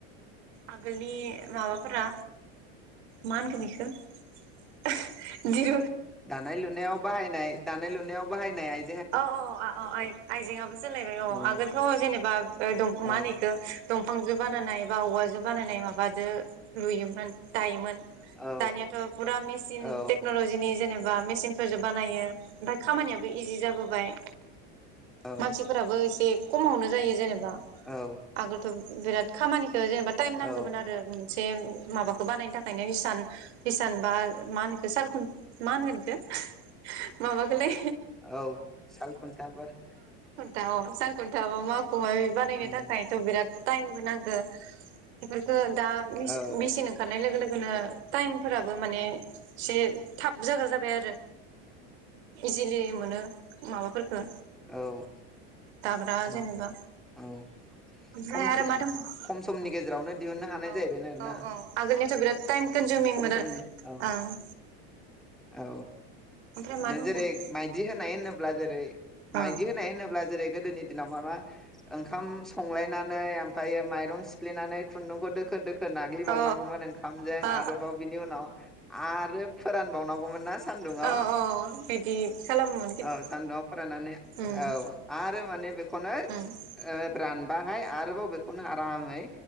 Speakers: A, on the right; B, in the centre.
A: आगोलनि माबाफोरा मा होनगोन इखौ दि
B: दानाय लुनायाव बाहायनाय दानाय लुनायाव बाहायनाय आइ
A: औ औ औ आ-आइजेंआ आयजेङाबो सोलायबाय औ
B: ओं
A: आगोलथ' जेनेबा ओ दं
B: औ
A: मा होनो इखो दंफांजों बानायनाय बा औवाजों बानायनाय माबाजो लुयोमोन दायोमोन।
B: औ
A: दानियाथ' पुरा मेचिन
B: औ
A: टेक्नलजिनि जेनेबा बा मेचिनफोरजों बानायो ओफाय खामनियाबो इजि जाबोबाय
B: औ
A: मानसिफोराबो एसे खमावनो जायो जेनेब दा
B: औ
A: आगोलथ' बिराद खामानि जेनेबा टाइम
B: औ
A: नांगोमोन आरो। से माबाखो बानायनो थाखायनो हिसान हिसान बा मा होनो इखो सालखुन मा होनगोनखौ इखो माबाखोलै
B: औ साल खुन्थाफोर।
A: था सालखुथा औ माफ खबाय बानायनो
B: ओं
A: थाखायथ' बिराद टाइमबो नांगो इफोर दा मिस-मिसिन
B: औ
A: ओंखारनाय लोगो लोगो होनो टाइमफोराबो माने एसे थाब जाग्रा जाबाय आरो इजिलि मोनो माबाफोरफोरखौ।
B: औ
A: दाग्रा
B: औ
A: जेनेबा
B: औ
A: ओमफ्राय
B: खम
A: आरो मा दंबावो
B: खम समनि गेजेरावनो दिहुननो हानाय
A: औ
B: जाहैबायना आरोना
A: औ औ आगोलनियाथ' बिराद टाइम कनजमिंमोन
B: खम समनि
A: आरो
B: औ
A: ओं।
B: औ।
A: ओमफ्राय
B: माने
A: मा दंबावो
B: जेरै मायदि होनाय होनोब ब्ला जेरै
A: अ
B: मायदि होनाय होनोब्ला जेरै गोदोनि दिनाव माबा ओंखाम संलायनानै ओमफायो माइरं सिफ्लेनानै खुन्दुंखौ दोखो दोख नाग्लिबावनांगौमोन
A: अ
B: ओंखामजों
A: अ
B: आरोबाव बिनि उनाव आरो फोरान बावनांगौमोन ना सान्दुंआव
A: औ औ बिदि खालामोमोन खिन्थु
B: ओं सान्दुंआव फोराननानै
A: उम
B: औ आरो माने बेखौनो
A: उम
B: ओ रान बाहाय आरोबाव बेखौनो आ गाहामै